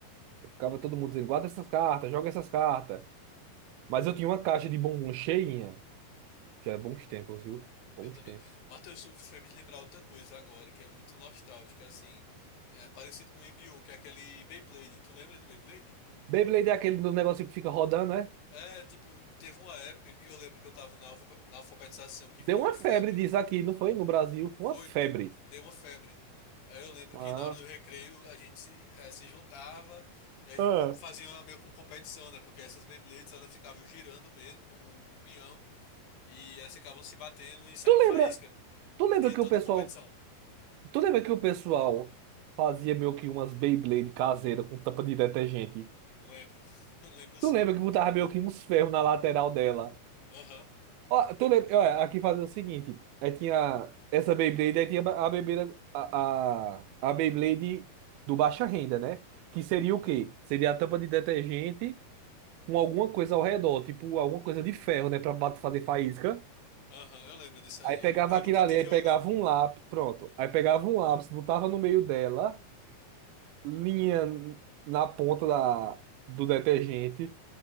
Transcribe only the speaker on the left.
Eu também.
Matheus, tu fez me lembrar outra coisa agora, que é muito nostálgica, assim. É parecido com Yu-Gi-Oh!, que é aquele Beyblade. Tu lembra de Beyblade?
É, tipo, teve uma época que eu lembro que eu tava na, alfa- na alfabetização que virou
uma febre.
Foi,
de- deu uma febre. Aí eu lembro
que na hora do recreio a gente se, eh, se juntava e a gente
com- fazia uma meio com competição, né? Porque essas Beyblades elas ficavam girando mesmo, como um peão, e elas ficavam se batendo e saindo
faísca.
Aí tinha
toda
uma competição.
Lembro, <laughs> lembro sim.
Aham,
aham, eu lembro disso aí.
Eu, nu- eu
nunca
tive
uma, não.